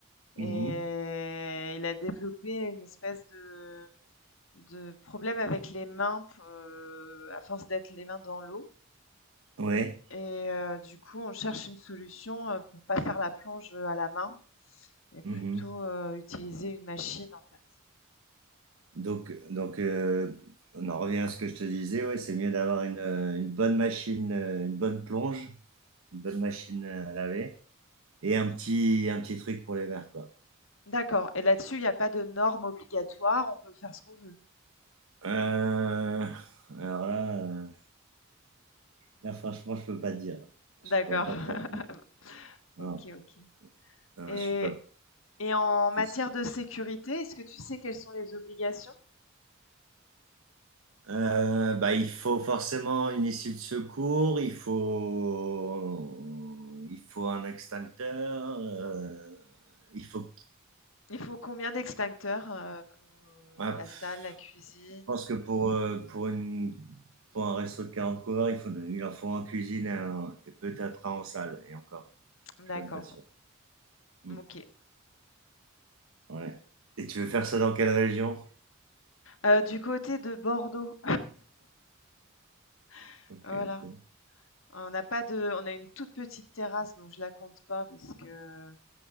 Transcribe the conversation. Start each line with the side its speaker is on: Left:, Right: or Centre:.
Right: Mhm.
Left: et il a développé une espèce de de problème avec les mains p euh, à force d'être les mains dans l'eau.
Right: Ouais.
Left: Et euh, du coup, on cherche une solution euh, pour pas faire la plonge à la main et plutôt
Right: Mhm.
Left: euh, utiliser une machine en fait.
Right: Donc, donc euh, on en revient à ce que je te disais. Ouais, c'est mieux d'avoir une, euh, une bonne machine, euh, une bonne plonge, une bonne machine euh, à laver. Et un petit, un petit truc pour les verts, quoi.
Left: D'accord. Et là-dessus, il n'y a pas de normes obligatoires, on peut faire ce qu'on veut.
Right: Euh, alors là, euh, là, franchement, je peux pas te dire.
Left: D'accord.
Right: Je pourrais pas
Left: <laughs>
Right: très.
Left: Ok,
Right: Non,
Left: ok.
Right: non,
Left: Et,
Right: je suis pas
Left: et en
Right: poussé.
Left: matière de sécurité, est-ce que tu sais quelles sont les obligations?
Right: Euh, bah, il faut forcément une issue de secours, il faut, il faut un extincteur, euh, il faut.
Left: Il faut combien d'extincteurs euh, pour euh,
Right: Ah,
Left: la
Right: je
Left: salle, la cuisine?
Right: pense que pour, euh, pour une, pour un resto de 40 couverts, il faut, il en faut en cuisine et, un- et peut-être un en salle, et encore.
Left: D'accord,
Right: Je suis même pas sûr. Hmm.
Left: ok.
Right: Ouais. Et tu veux faire ça dans quelle région?
Left: Euh, du côté de Bordeaux, <laughs>
Right: OK,
Left: Voilà.
Right: OK.
Left: On n'a pas de, on a une toute petite terrasse, donc je la compte pas parce que